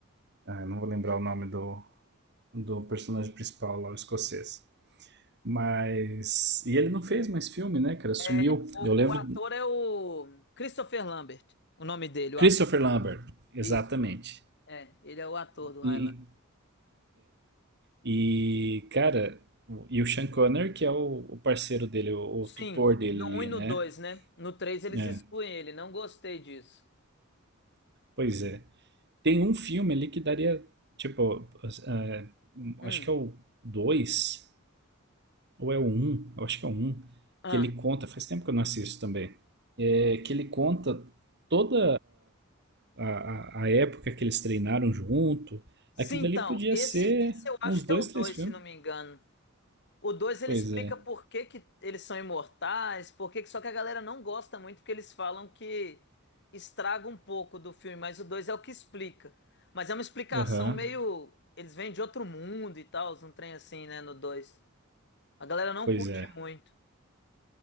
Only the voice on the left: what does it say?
É, o,
o ator é o Christopher Lambert, o nome dele, o
ator.
Isso, é, ele é o ator do
Highlander.
Sim,
no
um e no
2, né? No 3 eles
excluem ele, não gostei disso.
Hum.
Ah.
Sim,
então,
esse,
esse eu acho
que
é o 2,
se não me engano. O 2 ele
explica
por que que eles são imortais, por que que... Só que a galera não gosta muito, porque eles falam que estraga um pouco do filme, mas o 2 é o que explica. Mas é uma explicação
meio... Eles vêm de outro mundo e tal, um trem assim, né, no dois A galera não
curte
muito.